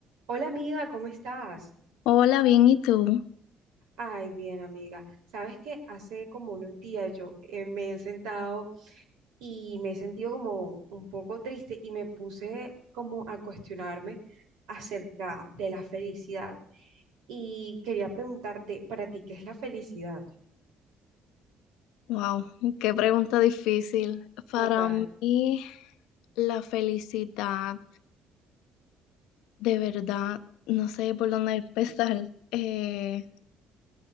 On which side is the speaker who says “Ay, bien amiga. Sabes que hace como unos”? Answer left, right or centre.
Right